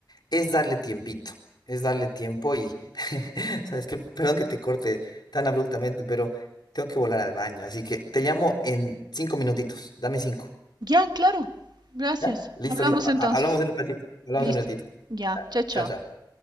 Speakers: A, on the left; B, on the right.
A: es darle tiempito, es darle tiempo y, <laughs> sabes que, perdón que te corte tan abruptamente, pero tengo que volar al baño, así que te llamo en cinco minutitos, dame cinco.
B: Ya, claro. Gracias.
A: ¿Ya? Listo,
B: Hablamos
A: listo.
B: entonces.
A: Ha- Hablamos en un ratito, hablamos
B: Listo.
A: en un ratito.
B: Ya.
A: Ya,
B: Chao, chao.
A: Chao, chao.